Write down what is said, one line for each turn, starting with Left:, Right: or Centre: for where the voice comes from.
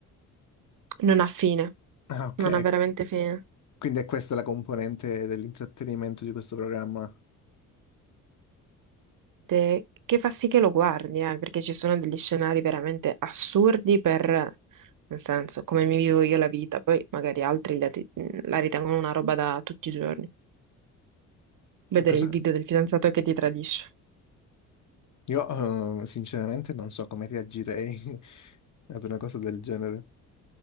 Right: non ha fine,
Left: Ah, ok.
Right: non ha veramente fine.
Left: Quindi è questa la componente dell'intrattenimento di questo programma.
Right: te- che fa sì che lo guardi, eh, perché ci sono degli scenari veramente assurdi per, nel senso, come mi vivo io la vita, poi magari altri la, ti- la ritengono una roba da tutti i giorni. Vedere
Left: Cosa-
Right: il video del fidanzato che ti tradisce.
Left: Io eh, sinceramente non so come reagirei <laughs> ad una cosa del genere.